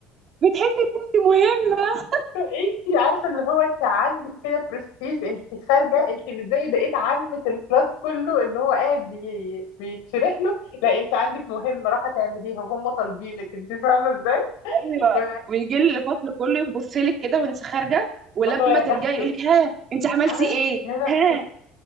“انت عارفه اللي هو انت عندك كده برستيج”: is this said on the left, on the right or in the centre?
Left